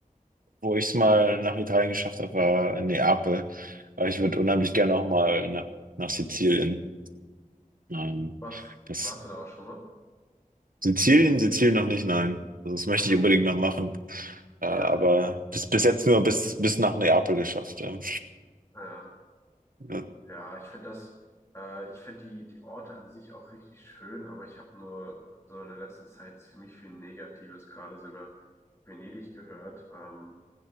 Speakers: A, on the right (about 80°); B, on the left (about 20°).
A: wo ich es mal nach Italien geschafft habe, war Neapel. Aber ich würde unheimlich gerne auch mal nach, nach Sizilien. Ähm,
B: Was,
A: das,
B: warst du da auch schon mal?
A: Sizilien, Sizilien noch nicht, nein. Also das möchte
B: Also,
A: ich unbedingt noch machen. Äh, aber
B: ja, okay.
A: bis, bis jetzt nur bis, bis nach Neapel geschafft. Ja.
B: Ja,
A: Ja.
B: ja, ich finde das, äh, ich finde die, die Orte an sich auch richtig schön, aber ich habe nur so in der letzten Zeit ziemlich viel Negatives gerade so über Venedig gehört, ähm,